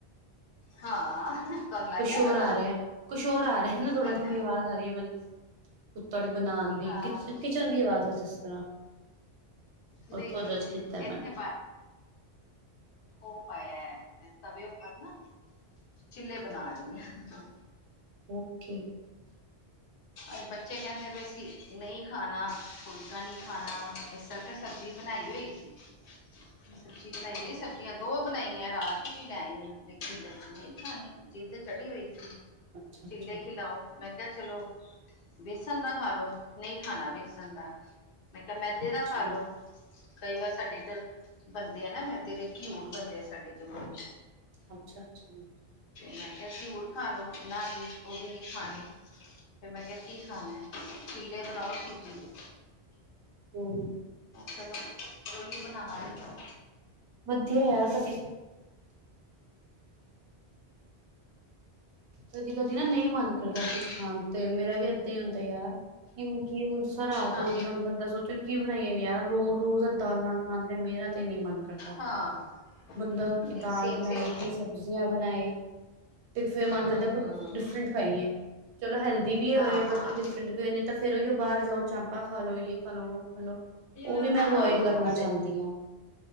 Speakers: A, on the left; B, on the right.
A: ਹਾਂ, ਤੁਹਾਨੂੰ ਲੱਗ
B: ਕੁਛ
A: ਗਿਆ
B: ਹੋਰ
A: ਪਤਾ
B: ਆ ਰਿਹਾ ਕੁਛ ਹੋਰ ਆ ਰਿਹਾ, ਨਾ ਥੋੜਾ
A: ਅੱਛਾ
B: ਜਿਹਾ ਕੋਈ ਆਵਾਜ਼ ਆ ਰਹੀ ਹੈ ਮੈਨੂੰ ਕੁੱਕੜ ਬਣਾਉਣ ਦੀ,
A: ਹਾਂ
B: ਕਿ ਕਿਚਨ ਦੀ ਆਵਾਜ਼ ਹੈ ਜਿਸ ਤਰ੍ਹਾਂ
A: ਨਹੀਂ-ਨਹੀਂ
B: ਉੱਥੋਂ ਜੱਜ ਕੀਤਾ ਮੈਂ
A: ਇਥੇ ਉਹ ਪਾਇਆ ਤਵੇ ਉਪਰ ਨਾ ਚਿੱਲੇ ਬਣਾ ਰਹੀ ਆ।
B: ਓਕੇ,
A: ਅੱਜ ਬੱਚੇ ਕਹਿੰਦੇ ਵੀ ਅਸੀ ਨਹੀਂ ਖਾਣਾ, ਫੁਲਕਾ ਨਹੀਂ ਖਾਣਾ ਇਸ ਤਰ ਤੇ, ਸਬਜ਼ੀ ਬਣਾਈ ਹੋਈ ਸੀ।
B: <unintelligible>
A: ਸਬਜ਼ੀ ਬਣਾਈ ਦੀ ਸਬਜ਼ੀਆਂ, ਦੋ ਬਣਾਈਆ ਰਾਤ ਵੀ ਲੈ ਆਈ ਆ। ਮਿੱਠੀ ਲੱਸੀ ਨਈ ਖਾਣੀ ਜਿੱਦ ਚੜੀ ਹੋਈ ਸੀ,
B: ਅੱਛਾ ਅੱਛਾ
A: ਚਿੱਲੇ ਖਿਲਾਓ ਮੈਂ ਕਿਹਾ ਚਲੋ। ਬੇਸਣ ਦਾ ਖਾਲੋ ਨਈ ਖਾਣਾ ਬੇਸਣ ਦਾ, ਮੈਂ ਕਿਹਾ ਮੈਦੇ
B: ਅੱਛਾ
A: ਦਾ ਖਾਲੋ। ਕਈ ਵਾਰ ਸਾਡੇ ਇੱਧਰ ਬੰਦੇ ਆ, ਨਾ ਮੈਂ ਤੇਰੇ ਘਿਊੂਰ ਬੰਦੇ ਆ ਸਾਡੇ ਜਮੂ ਚ
B: ਅੱਛਾ, ਅੱਛਾ।
A: ਮੈ ਕਿਹਾ ਸੀ ਘੀਊਰ ਖਾਲੋ, ਨਾ ਜੀ ਉਹ ਵੀ ਨਹੀਂ ਖਾਨੇ। ਫਿਰ ਮੈਂ ਕਿਹਾ ਕੀ ਖਾਣਾ, ਚੀਲੇ ਬਣਾਓ ਸੂਜੀ ਤੋਂ
B: ਹਮ
A: ਚਲੋ ਉਹੀਓ ਬਣਾ ਰਹੀ ਆ।
B: ਵਧੀਆ ਯਾਰ ਕਦੀ, ਕਦੀ, ਕਦੀ ਨਾ ਨਹੀਂ ਮਨ ਕਰਦਾ,
A: ਹੂੰ,
B: ਕੁੱਝ ਖਾਣ ਤੇ ਮੇਰਾ ਵੀ ਇਦਾਂ ਹੀ ਹੁੰਦਾ ਯਾਰ ਕਿ ਹੁਣ ਕੀ ਹ ਰਾਤ
A: ਹਾਂ
B: ਹੋ ਰਹੀ ਹੈ, ਹੁਣ ਬੰਦਾ ਸੋਚਣ ਕੀ ਬਣਾਈਆ ਯਾਰ ਰੋਜ਼ ਰੋਜ਼ ਦਾਲਾਂ ਖਾਣ ਤੇ ਮੇਰਾ ਤੇ ਨੀ ਮੰਨਦਾ। ਦਾ
A: ਹਾਂ
B: ਬੰਦਾ ਕੀ
A: ਨਹੀਂ
B: ਦਾਲ
A: ਸੇਮ
B: ਬਣਾਏ
A: ਸੇਮ
B: ਕਿ ਸਬਜ਼ੀਆਂ ਬਣਾਏ ਤੇ ਫੇਰ
A: ਹੂੰ
B: ਮਨ ਕਰਦਾ
A: ਹੂੰ
B: ਕੁਛ
A: ਹੂੰ
B: ਡਿਫਰੈਂਟ ਖਾਈਏ, ਚਲੋ ਹੈਲਦੀ ਵੀ ਹੋਏ,
A: ਹਾਂ ਹਾਂ
B: ਬਟ ਡਿਫਰੈਂਟ ਵੀ ਹੋਏ ਨਹੀਂ ਤਾਂ ਫੇਰ ਉਹੀ ਬਾਹਰ ਜਾਓ। ਚਾਮਪਾ ਖਾਲੋ ਯੋ ਖਾਲੋ ਉਹ ਖਾਲੋ, ਉਹ
A: ਹਾਂ
B: ਵੀ ਮੈਂ ਅਵੋਇਡ
A: ਹਾਂ
B: ਕਰਨਾ ਚਾਹੁੰਦੀ ਹਾਂ।